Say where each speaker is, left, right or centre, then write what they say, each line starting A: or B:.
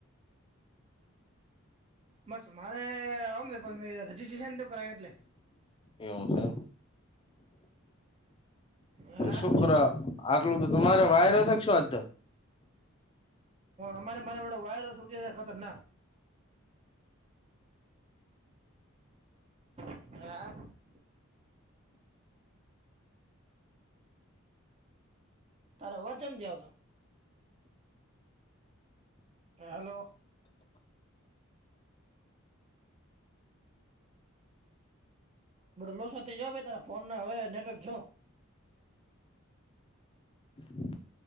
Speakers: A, on the right; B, on the left.
A: બસ મારે આવમ પણ મે રજીસ્ટ્રેશન તો કરાવ્યું એટલે
B: એવમું છે.
A: હા
B: શોક્ર આટલું તો તમારે વાયર છે શું આજ તો
A: અમારે મારે વાયરો છટી ખતર ના હે. તાર અવાજમ જ આવ તો હ હલો લોસ જાવ ત ફોનને હવેનેટવર્ક જોવં.
B: <inaudible>